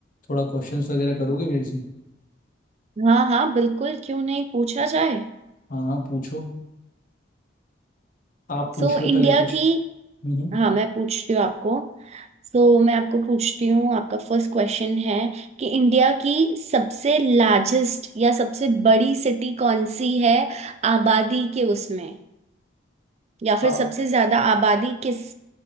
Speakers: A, on the left (about 45°); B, on the right (about 35°).
A: थोड़ा क्वेश्चंस वगैरह करोगे मेरे से
B: हाँ हाँ बिल्कुल क्यों नहीं पूछा जाए
A: हाँ हाँ पूछो आप
B: सो
A: पूछ
B: इंडिया
A: लो पहले कुछ
B: की
A: हम्म
B: हाँ मैं पूछती हूँ आपको सो मैं आपको पूछती हूँ आपका फर्स्ट क्वेश्चन है कि इंडिया की सबसे लार्जेस्ट या सबसे बड़ी सिटी कौन सी है आबादी के उसमें या फिर
A: हम्म।
B: सबसे ज्यादा आबादी किस